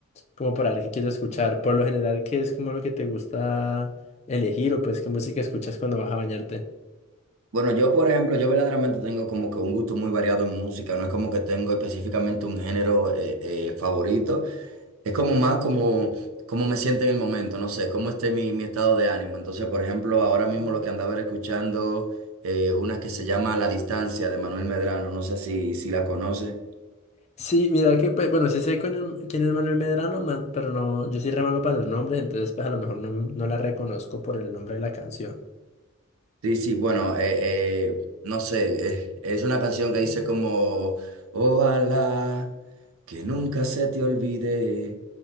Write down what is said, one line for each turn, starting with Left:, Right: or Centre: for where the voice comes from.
Left: como para ver qué quiero escuchar. Por lo general, ¿qué es como lo que te gusta elegir o pues qué música escuchas cuando vas a bañarte?
Right: Bueno, yo por ejemplo, yo verdaderamente tengo como que un gusto muy variado en música, no es como que tengo específicamente un género eh, eh, favorito, es como más como, como me siento en el momento, no sé, cómo esté mi, mi estado de ánimo. Entonces, por ejemplo, ahora mismo lo que andaba era escuchando eh, una que se llama La Distancia de Manuel Medrano, no sé si, si la conoces.
Left: Sí, mira que, pues, bueno, sí sé quién es, quién es Manuel Medrano, man- pero no, yo soy re malo para los nombres, entonces pues a lo mejor no, no la reconozco por el nombre de la canción.
Right: Sí, sí, bueno, eh, eh, no sé, eh, es una canción que dice como, ojalá que nunca se te olvide